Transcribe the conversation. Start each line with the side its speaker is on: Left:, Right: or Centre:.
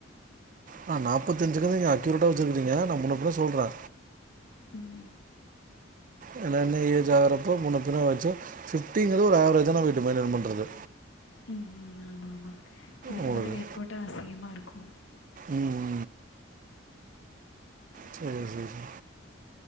Right: ஆஹ நாப்பத்தஞ்ஞீ இருக்குனு நீங்க அக்யூரேட்டா சொல்றீங்க நான் ரெம்ப சொல்றே
Left: உம்
Right: என்னதா இந்த ஏஜ் ஆகுரப்போ முன்னப்பின்ன வாச்சு பிப்டிங்கிறது ஒரு ஆவரேஜான வெயிட் மென்டெயின் பண்றது
Left: ம்ம் ஆமா ஆமா இதுக்கு
Right: உங்களுக்கு
Left: மேல வெயிட்போட்ட அசிங்கமா இருக்கு <inaudible>
Right: ம் செரி செரி